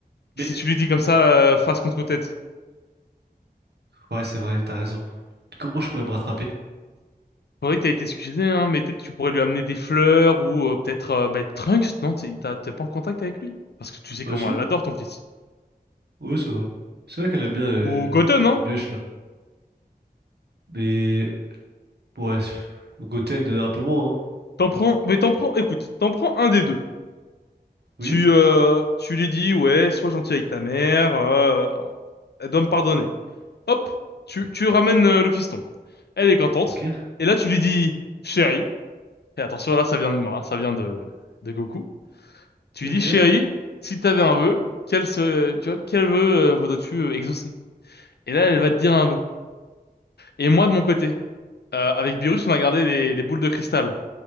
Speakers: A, on the right; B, on the left.
A: Mais.
B: Si tu lui dis comme ça, euh, face contre tête.
A: Ouais, c'est vrai, t'as raison. Comment je pourrais me rattraper?
B: Faudrait que t'aies été excusé, hein, mais peut-être tu pourrais lui amener des fleurs ou euh, peut-être euh, bah, Trunks, non? T'es t'as- t'es pas en contact avec lui? Parce que tu sais comment
A: Bah si,
B: elle adore ton fils.
A: ouais, c'est vrai. C'est vrai qu'elle aime bien euh,
B: Ou Goten, hein
A: le mioche là. Mais. Ouais, c'est- Goten euh, un peu moins, hein.
B: T'en prends, mais t'en prends, écoute, t'en prends un des deux. Tu,
A: Oui,
B: euh, tu lui dis, ouais, sois gentil avec ta mère, euh, elle doit me pardonner. Hop, tu, tu ramènes euh, le fiston. Elle est contente.
A: ok,
B: Et là, tu lui dis, chérie, et attention, là, ça vient de moi, hein, ça vient de, de Goku. Tu
A: ok,
B: lui dis, chérie, si t'avais un vœu, quel, se, tu vois, quel vœu euh, voudrais-tu euh, exaucer? Et là, elle va te dire un vœu. Et moi, de mon côté, euh, avec Beerus, on a gardé les, les boules de cristal.